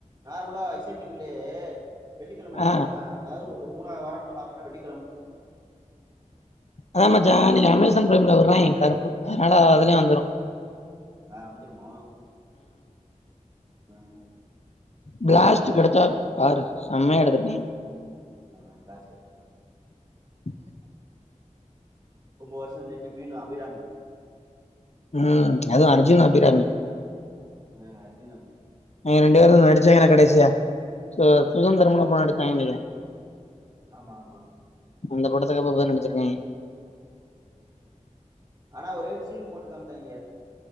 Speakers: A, on the right (about 30°); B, on the left (about 55°).
A: நார்மலா இசைமினிலேயே வெள்ளிக்கிழம வெள்ளிக்கிழம
B: ஆ.
A: அதாவது ஒரு மூணாவது வாரோ நாலாவது வா வெடி
B: அத மச்சா இன் னைக்கி அமேசான் ப் ரைம்ல விட்றாங்க கருப்பு அதனால அதலே வந்துரு
A: ஆஹ் வந்துருமோ ஆஹ்
B: ப்ளாஸ்ட் படத்த பாரு செம்மையா எடுத்ருக்காங்க
A: நா காஸ் கேட்டேனா
B: <inaudible>
A: ரொம்ப வர்ஷோ ரெண்டுமே நா அபிராமி
B: ம் அது அர்ஜுன் அபிராமி
A: ஆ அர்ஜுன் அபிராமி
B: இவுங்க ரெண்டு பேரு நடிச்சாங்கன்னா கடைசியா சு சுதந்தரமுனு ஒரு படோ நடிச்சாய்ங்கன் நெனைக்கிறே
A: ஆமா ஆமா
B: அந்த படத்துக்கு அப்றோ இப்ப தா நடிச்சிருக்காய்ங்க
A: ஆனா ஒரே ஒரு சீன் போட்டு காம்ச்சாய்ங்க